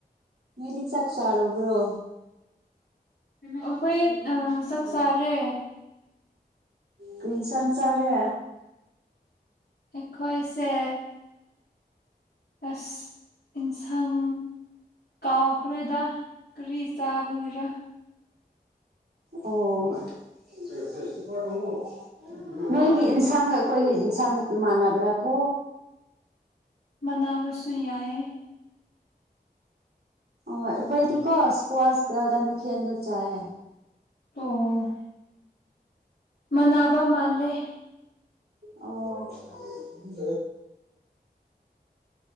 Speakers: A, on the right; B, on the left.
A: ꯅꯣꯏꯗꯤ ꯆꯥꯛ ꯆꯥꯔꯕ꯭ꯔꯣ꯫
B: ꯑꯩꯈꯣꯏ ꯑ ꯆꯥꯛ ꯆꯥꯔꯦ꯫
A: ꯀ꯭ꯔꯤ ꯏꯟꯁꯥꯡ ꯆꯥꯔꯦ꯫
B: ꯑꯩꯈꯣꯏꯁꯦ ꯑꯁ ꯏꯟꯁꯪ ꯀꯥꯎꯈ꯭ꯔꯦꯗ ꯀ꯭ꯔꯤ ꯆꯥꯕꯒꯤꯔ
A: ꯑꯣ <unintelligible> ꯅꯣꯏꯒꯤ ꯏꯟꯁꯥꯡꯒ ꯑꯩꯈꯣꯏꯒꯤ ꯏꯟꯁꯥꯡ ꯃꯥꯟꯅꯕ꯭ꯔꯥ ꯀꯣ
B: ꯃꯅꯥꯕꯁꯨ ꯌꯥꯏ
A: ꯑꯣ ꯑꯩꯈꯣꯏꯗꯤꯀꯣ ꯏꯁꯀ꯭ꯋꯥꯁꯀꯥ ꯒꯟ ꯃꯈꯦꯟ ꯒꯥ ꯆꯥꯏꯌꯦ
B: ꯑꯣ ꯃꯥꯟꯅꯕ ꯃꯥꯥꯜꯂꯦ
A: ꯑꯣ <unintelligible> <unintelligible>